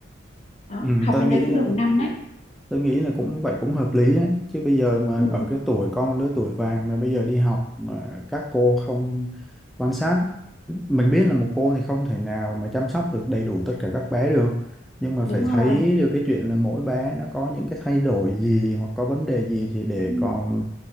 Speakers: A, on the left; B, in the centre.
A: đó,
B: Ừ,
A: học
B: tôi
A: bên
B: nghĩ
A: đấy cũng
B: là
A: được một năm đấy
B: Tôi nghĩ là cũng vậy cũng hợp lý á. Chứ bây giờ mà
A: Ừ,
B: ở cái tuổi con lứa tuổi vàng mà bây giờ đi học mà các cô không quan sát mình biết là một cô thì không thể nào mà chăm sóc được đầy đủ tất cả các bé được nhưng mà
A: đúng
B: phải
A: rồi.
B: thấy được cái chuyện là mỗi bé nó có những cái thay đổi gì hoặc có vấn đề gì thì để
A: Ừ,
B: còn